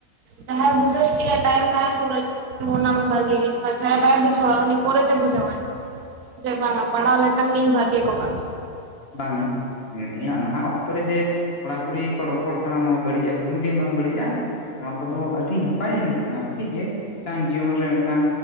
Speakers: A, on the right; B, on the left.
A: ᱡᱟᱦᱟᱭ ᱵᱩᱡᱷᱟᱹᱣ ᱠᱤᱱᱟ ᱴᱟᱭᱤᱢ ᱛᱟᱦᱮᱱ ᱛᱚᱩᱡ ᱟᱱᱟ ᱢᱟ ᱵᱷᱟᱜᱤ ᱜᱮ ᱟᱨ ᱡᱟᱷᱟᱭ ᱵᱟᱭ ᱵᱩᱡᱣᱟ ᱩᱱᱤ ᱯᱨᱮᱛᱮ ᱵᱩᱡᱷᱣᱟᱭ ᱡᱮ ᱵᱟᱝ ᱟ ᱯᱟᱲᱟᱣ ᱞᱮᱱᱠᱷᱟᱱ ᱜᱤᱧ ᱵᱷᱟᱜᱮ ᱠᱚᱜᱼᱟ ᱾
B: ᱵᱟᱝ ᱤᱧᱟᱹᱜ ᱱᱟᱦᱟᱜ ᱚᱠᱛᱚ ᱨᱮ ᱡᱮ ᱠᱚᱲᱟ ᱠᱩᱲᱤ ᱠᱚ ᱨᱚᱯᱚᱲ ᱠᱟᱱᱟ ᱱᱚᱣᱟ ᱵᱟᱹᱲᱤᱡᱼᱟ ᱠᱚᱱᱚ ᱫᱤᱱ ᱵᱟᱝ ᱵᱟᱹᱲᱤᱡᱼᱟ ᱾ ᱱᱚᱣᱟ ᱠᱚᱫᱚ ᱟᱹᱰᱤ ᱱᱟᱯᱟᱭ ᱡᱤᱱᱤᱥ ᱠᱟᱱᱟ ᱴᱷᱤᱠ ᱜᱮᱭᱟ ᱢᱤᱫᱴᱟᱝ ᱡᱤᱭᱚᱱ ᱨᱮ ᱢᱤᱫᱴᱟᱝ